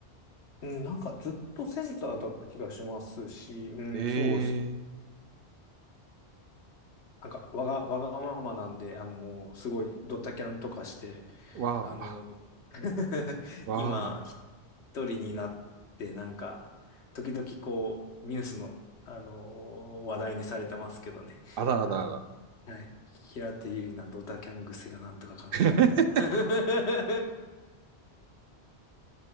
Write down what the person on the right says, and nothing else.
え
えー
わあ、
わ
あ、あらあらあら。
<laughs>